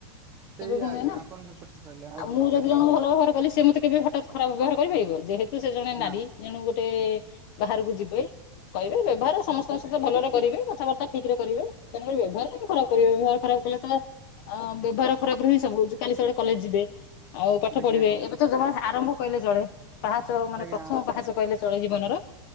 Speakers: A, on the right (about 20°); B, on the left (about 50°).
A: ସେଇ
B: କେବେ ବି
A: ଆଜ୍ଞା
B: ନୁହେଁ ନା।
A: ଆପଣ ଯୋଉ କଥା କହିଲେ ଆଜ୍ଞା।
B: ଆଉ ମୁଁ ଯଦି ଜଣଙ୍କୁ ଭଲ ବ୍ୟବହାର କଲି ସେ ମତେ କେବେ ହଠାତ୍ ଖରାପ ବ୍ୟବହାର କରିପାରିବ ଯେହେତୁ ସେ ଜଣେ
A: ନା
B: ନାରୀ ତେଣୁ ଗୋଟେ ବାହାରକୁ ଯିବେ କହିବେ ବ୍ୟବହାର ସମସ୍ତଙ୍କ ସ ତ ଭଲରେ କରିବେ କଥାବାର୍ତ୍ତା ଠିକରେ କରିବେ ତେଣୁକରି ବ୍ୟବହାର କାହିଁକି ଖରାପ କରିବେ ବ୍ୟବହାର ଖରାପ କଲେ ତ ଅ ବ୍ୟବହାର ଖରାପରୁ ହିଁ ସବୁ ହଉଛି କାଲି ସକଳେ କଲେଜ ଯିବେ ଆଉ
A: ଆଜ୍ଞା
B: ପାଠ ପଢିବେ ଏବେ ତ ଜମା ଆରମ୍ଭ କହିଲେ ଚଳେ ପାହାଚ
A: ଆଜ୍ଞା
B: ମାନେ ପ୍ରଥମ ପାହାଚ କହିଲେ ଚଳେ ଜୀବନର।